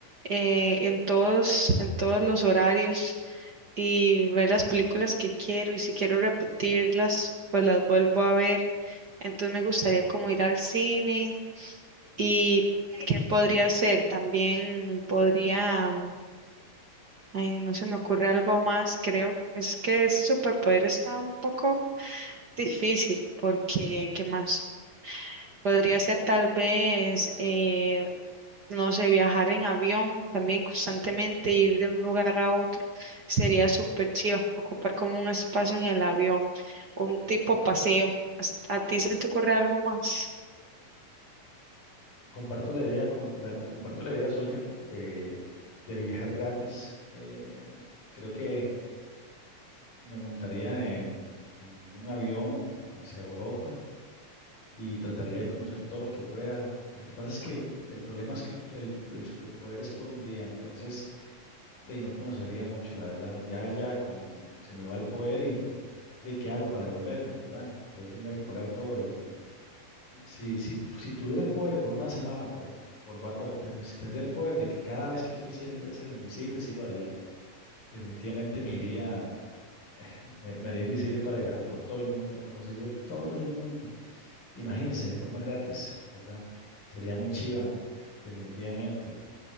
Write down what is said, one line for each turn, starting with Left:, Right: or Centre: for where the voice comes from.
Right: eh, en todos, en todos los horarios y ver las películas que quiero y si quiero repetirlas, pues las vuelvo a ver. Entonces me gustaría como ir al cine y qué podría hacer. También podría Ay, no se me ocurre algo más, creo. Es que ese superpoder está un poco difícil, porque ¿qué más? Podría ser tal vez, eh, no sé, viajar en avión también constantemente, ir de un lugar a otro. Sería súper chido, ocupar como un espacio en el avión, un tipo paseo. ¿As- ¿A ti se te ocurre algo más?
Left: Comparto la idea, con, la, comparto la idea suya de, de viajar gratis. eh, creo que me montaría en, en un avión hacia Europa y trataría de conocer todo lo que pueda. Lo que pasa es que el problema es que el, el- el superpoder es por un día, entonces de ahí no conocería mucho, la verdad. Ya, ya con se me va el poder y de qué hago para devolverme, ¿verdad? Y ahí tendría que pagar todo. y- si, si, si tuviera el poder por una semana o por, por va- o ten- si tendría el poder de que cada vez que yo quisiera inv- hacerme invisible, sí lo haría. Definitivamente me iría Me, me haría invisible para viajar por todo el mundo, conocería todo el mundo. Imagínense, de forma gratis, ¿verdad? Sería muy chiva, definitivamente.